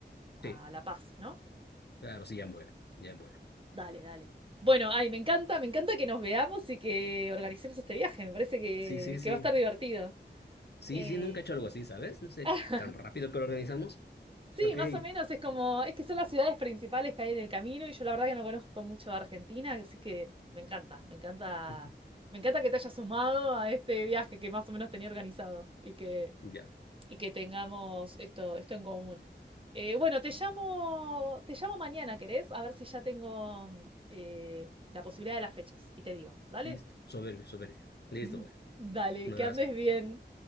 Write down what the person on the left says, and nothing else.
Sí,
claro, sí, ya en vuelo, ya en vuelo.
Sí, sí, sí.
Sí,
sí, nunca he hecho algo así, ¿sabes? No sé,
tan rápido que lo organizamos.
Ok.
<laughs>
Ujú.
Ya.
Listo. Soberbio, soberbio. Listo,
pues.
Un
abrazo.